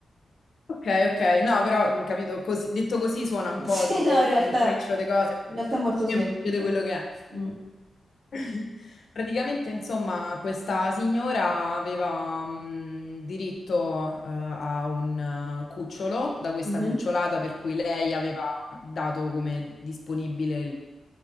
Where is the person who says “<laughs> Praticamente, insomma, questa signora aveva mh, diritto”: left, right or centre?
Left